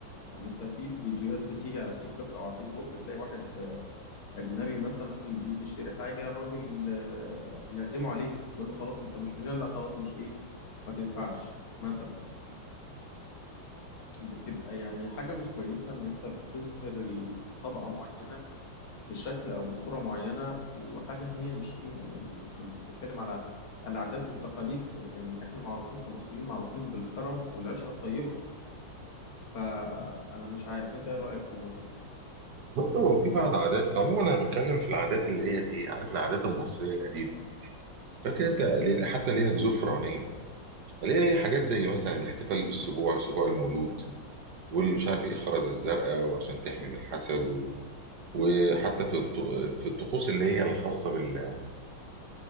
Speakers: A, on the left; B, on the right.
A: يعني انت في فيديوهات بتيجي على تيك توك او على فيسبوك بتلاقي واحد اجنبي مثلا بيجي يشتري حاجة الراجل آه، يعزمه عليها يقول له خلاص انت مش من هنا لا خلاص مش ايه ما تدفعش مثلا فبتبقى يعني حاجة مش كويسة ان انت بتظهر طبقة معينة بشكل أو بصورة معينة وحاجة هي مش فيها يعني إحنا بنتكلم على العادات والتقاليد يعني إحنا معروفين كمصريين معروفين بالكرم والعشرة الطيبة فأنا مش عارف أنت إيه رأيك في الموضوع ده؟
B: برضه هو في بعض عادات عموما انا بتكلم في العادات اللي هي الايه عارف العادات المصريه القديمه فاكر انت ليه- حتى ليها جذور فرعونيه اللي هي حاجات زي مثلا الاحتفال بالسبوع سبوع المولود والمش عارف ايه الخرز الزرقاء وعشان تحمي من الحسد وحتى في الط- في الطقوس اللي هي الخاصه بال